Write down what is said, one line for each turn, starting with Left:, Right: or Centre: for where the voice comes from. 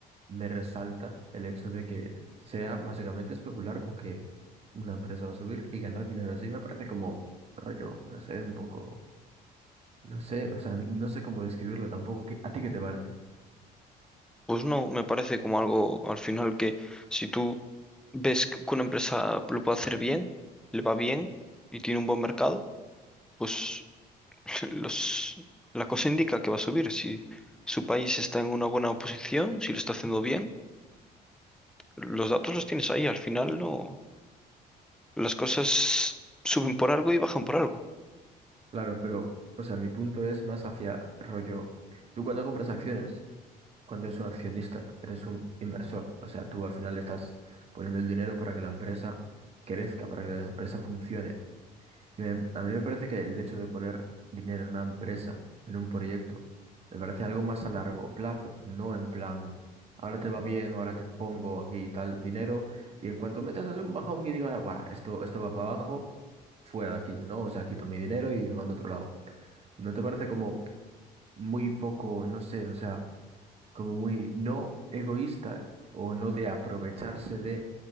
Right: me resalta el hecho de que sea básicamente especular con que una empresa va a subir y ganar dinero así, me parece como rollo, no sé, un poco, no sé, o sea, no sé cómo describirlo tampoco, ¿qué- ¿a ti qué te parece?
Centre: Pues no, me parece como algo al final que si tú ves que una empresa lo puede hacer bien, le va bien y tiene un buen mercado, pues <laughs> los, la cosa indica que va a subir. Si su país está en una buena posición, si lo está haciendo bien, los datos los tienes ahí. Al final no, las cosas suben por algo y bajan por algo.
Right: Claro, pero, o sea, mi punto es más hacia rollo. Tú cuando compras acciones, cuando eres un accionista, eres un inversor. O sea, tú al final le estás poniendo el dinero para que la empresa crezca, para que la empresa funcione me- a mí me parece que el hecho de poner dinero en una empresa, en un proyecto, me parece algo más a largo plazo, no en plan, ahora te va bien, ahora te pongo aquí tal dinero, y en cuanto metas así un bajón y digas, "Buah, esto, esto va para abajo, fuera de aquí, ¿no? O sea, quito mi dinero y lo mando a otro lado. ¿No te parece como muy poco, no sé, o sea, como muy no egoísta o no de aprovecharse de,